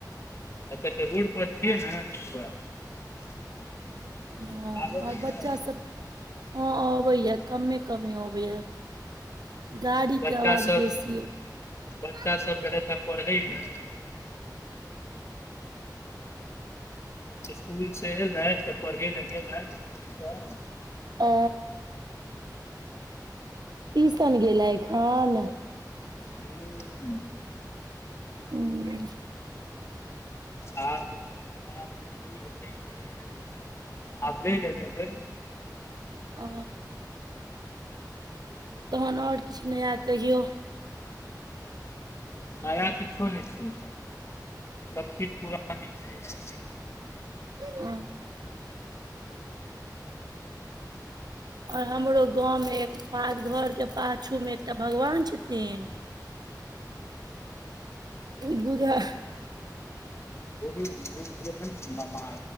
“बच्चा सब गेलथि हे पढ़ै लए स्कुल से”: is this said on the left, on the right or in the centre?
Left